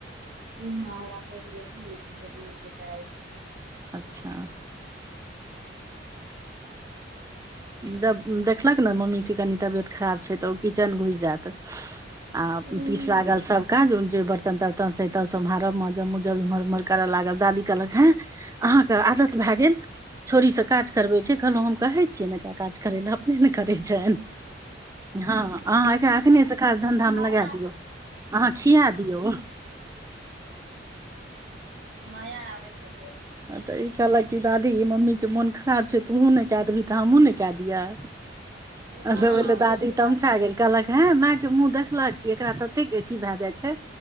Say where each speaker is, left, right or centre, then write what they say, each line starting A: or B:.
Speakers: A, on the right (about 85°); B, on the right (about 15°).
A: हँ हमरा पैघ बेटी ऐछ गेदी मे बेटा ऐछ
B: अच्छा
A: <inaudible>
B: जब देखलक ने मम्मीके कनि तबियत खराब छै तऽ ओ किचन घुइस जायत
A: <inaudible>
B: आ
A: हूं
B: पीठ लागल सब काज जे बर्तन तर्तन तहन से त सम्हारब माँजब मँजब इम्हर उम्हर करऽ लागल दादी कहलक हेँ अहाँके आदत भए गेल छोरीसँ काज करबैके कहलहुँ हम कहै छियै एकरा काज करै लऽ अपने ने करै छ हँ अहाँ एकरा
A: हूं
B: एखनेसँ खास धन्धामे
A: मया
B: लगा दियौ अहाँ खिया दियौ
A: माया आबेत हेतेय
B: आ तऽ ई कहलक कि दादी ई मम्मीके मोन खराब छै तोहूँ नहि कए देबही तऽ हमहूँ ने नहि कए दियह
A: <inaudible> हँ
B: अ तब भेलल दादी
A: सही बात
B: तमस
A: छै
B: आ गेल कहलक हे मायके मुँह देखलक कि एकरा ततेक अथी भए जाइ छै